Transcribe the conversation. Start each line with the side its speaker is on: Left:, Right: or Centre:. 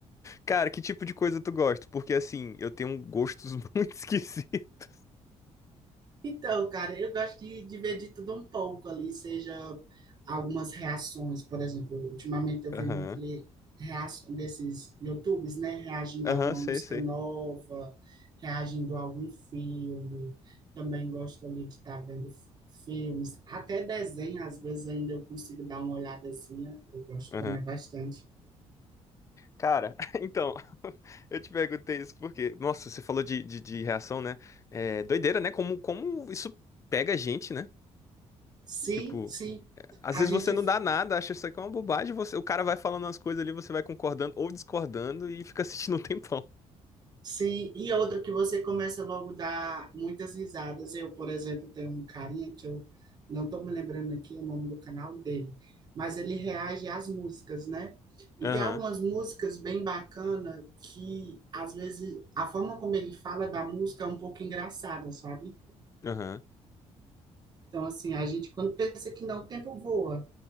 Left: Cara, que tipo de coisa tu gosta? Porque assim, eu tenho gostos <laughs> muito esquisitos.
Right: Então, cara, eu gosto de, de ver de tudo um pouco ali, seja algumas reações, por exemplo, ultimamente eu vi
Left: Aham.
Right: muito ali reação desses YouTubes, né, reagindo
Left: Aham,
Right: a alguma
Left: sei,
Right: música
Left: sei.
Right: nova, reagindo a algum filme. Também gosto ali de estar vendo f- filmes, até desenho, às vezes ainda eu consigo dar uma olhadazinha, eu gosto
Left: Aham.
Right: também bastante.
Left: Cara, <laughs> então, <laughs> eu te perguntei isso porque, nossa, você falou de, de, de reação, né? É doideira, né? Como, como isso pega a gente, né?
Right: Sim,
Left: Tipo,
Right: sim.
Left: às
Right: A
Left: vezes
Right: gente
Left: você não dá nada, acha isso aqui é uma bobagem, você, o cara vai falando as coisas ali, você vai concordando ou discordando e fica assistindo um tempão.
Right: Sim, e outra que você começa logo a dar muitas risadas. Eu, por exemplo, tenho um carinha que eu não estou me lembrando aqui o nome do canal dele, mas ele reage às músicas, né? E
Left: Aham,
Right: tem algumas músicas bem bacanas que, às vezes, a forma como ele fala da música é um pouco engraçada, sabe?
Left: aham.
Right: Então, assim, a gente, quando pensa que não, o tempo voa.